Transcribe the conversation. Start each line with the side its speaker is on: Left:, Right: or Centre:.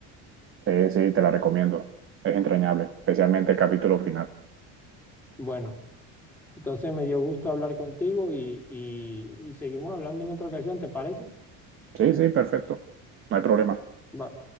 Right: Sí, sí, te la recomiendo. Es entrañable, especialmente el capítulo final.
Centre: Bueno, entonces me dio gusto hablar contigo y, y, y seguimos hablando en otra ocasión, ¿te parece?
Right: Sí, sí, perfecto. No hay problema.
Centre: Vale.